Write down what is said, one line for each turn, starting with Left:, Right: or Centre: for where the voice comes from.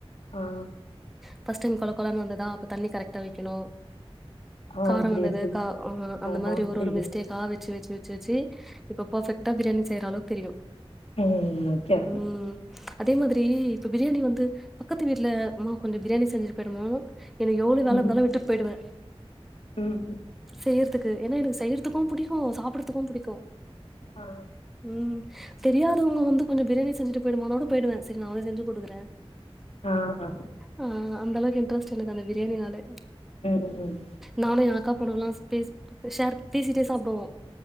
Left: ஆ
Centre: ஃபர்ஸ்ட் டைம் கொழ கொழனு வந்ததா அப்ப தண்ணி கரெட்டா வெக்கணு
Left: ஆ,
Centre: காரோ
Left: புரியுது,
Centre: வந்தது
Left: புரியுது.
Centre: கா <unintelligible> அந்த
Left: ஆ,
Centre: மாரி
Left: ஆ,
Centre: ஒரு
Left: புரியுது.
Centre: ஒரு மிஸ்டேக்கா வெச்சு வெச்சு வெச் சுச்சு இப்ப ஃபெர்ஃபெக்ட்டா பிரியாணி செய்ற அளவ் தெரியு
Left: ம். Okay, okay.
Centre: ம் அதே மாதிரி இப்ப பிரியாணி வந்து பக்கத்து வீட்டுலமா கொஞ்சோ பிரியாணி செஞ்சுட்டு போயிடுமா எனக்கு எவ்ளோ வேல
Left: ம்,
Centre: இந்தாலு விட்டுட் போய்டுவே
Left: ம்.
Centre: செய்யறத்துக்கு ஏன்னா எனக்கு செய்யறத்துக்கும் புடிக்கு சாப்பட்றத்துக்கு புடிக்கும்
Left: ஆ,
Centre: ம் தெரியாதவங்க வந்து கொஞ்சோ பிரியாணி செஞ்சுட்டு போயிடும்மானோடு போயிடுவே சரி நா வந்து செஞ்சு குடுக்றே
Left: ஆ ஆ
Centre: ஆ அந்த அளவுக்கு இன்ட்ரஸ்ட் எனக்கு அந்த பிரியாணினாலே
Left: ம் ம்
Centre: நானு எ அக்கா பொண்ணுங்கல்லா ஷ் பேஷ் ஷேர் பேசிட்டே சாப்டுவோ